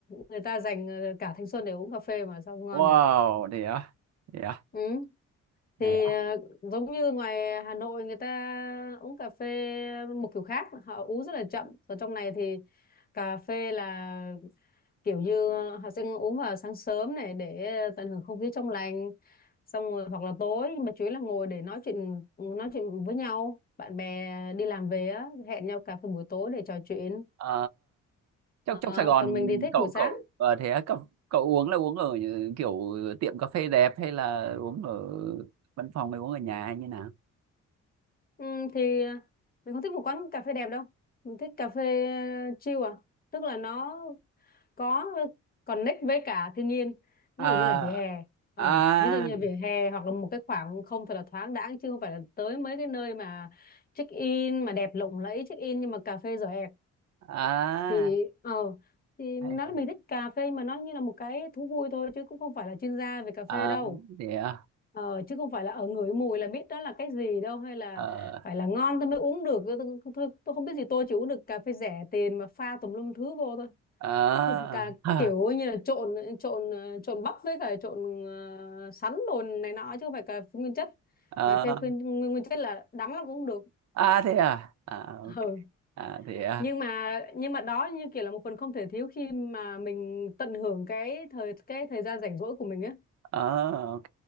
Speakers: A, on the left; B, on the right.
A: người ta dành ờ, cả thanh xuân để uống cà phê mà sao ngon
B: wow
A: được
B: thế à thế à
A: ừ.
B: thế
A: thì
B: à,
A: ờ, giống như ngoài Hà Nội người ta uống cà phê một kiểu khác họ uống rất là chậm còn trong này thì cà phê là kiểu như họ sẽ uống vào sáng sớm này để tận hưởng không khí trong lành xong rồi hoặc là tối nhưng mà chủ yếu là ngồi để nói chuyện nói chuyện với nhau bạn bè đi làm về á hẹn nhau cà phê buổi tối để trò chuyện
B: à trong
A: Ờ,
B: trong Sài Gòn
A: còn mình thì thích
B: cậu
A: buổi sáng
B: cậu ờ, thế à, cậu, cậu uống là uống ở những kiểu tiệm cà phê đẹp hay là uống ở văn phòng hay uống ở nhà hay như nào
A: ừ, thì ờ, mình không thích một quán cà phê đẹp đâu mình thích cà phê ờ, chill à tức là nó có connect với cả thiên nhiên ví
B: à
A: dụ như là vỉa hè ờ
B: à
A: ví dụ như là vỉa hè hoặc là một cái khoảng không thật là thoáng đãng chứ không phải là tới mấy cái nơi mà check in mà đẹp lộng lẫy check in nhưng mà cà phê giỏ ẹc
B: à,
A: thì
B: à.
A: ờ thì
B: Dạ.
A: mình nói là mình thích cà phê nhưng mà nó như là một cái thú vui thôi chứ cũng không phải là chuyên gia về cà phê
B: à
A: đâu
B: thế à
A: ờ chứ không phải là ở ngửi mùi là biết đó là cái gì đâu hay là
B: ờ
A: phải là ngon tôi mới uống được tôi, tôi, tôi, không biết gì tôi chỉ uống được cà phê rẻ tiền mà pha tùm lum thứ vô thôi
B: ờ
A: cả
B: ờ
A: kiểu như là trộn trộn ờ, trộn bắp với cả trộn ờ, sắn đồ này nọ chứ không phải cà phê nguyên chất
B: ờ.
A: cà phê nguyên, nguyên chất là đắng lắm cũng không được
B: à thế à à ok
A: ừ.
B: à thế à
A: nhưng mà nhưng mà đó như kiểu là một phần không thể thiếu khi mà mình tận hưởng cái thời cái thời gian rảnh rỗi của mình á
B: ờ ok